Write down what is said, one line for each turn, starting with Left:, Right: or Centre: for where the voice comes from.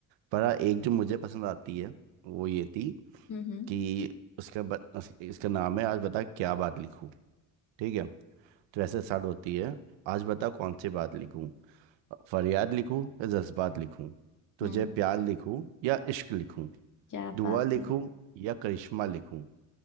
Right: पर हाँ, एक जो मुझे पसंद आती है वो ये थी
Left: हम्म हम्म
Right: कि उसका ब, उस, इसका नाम है आज बता क्या बात लिखूँ ठीक है तो ऐसे स्टार्ट होती है आज बता कौन सी बात लिखूँ फरियाद लिखूँ या जज्बात लिखूँ तुझे
Left: हम्म
Right: प्यार लिखूँ या इश्क लिखूँ
Left: क्या
Right: दुआ
Left: बात
Right: लिखूँ
Left: है
Right: या करिश्मा लिखूँ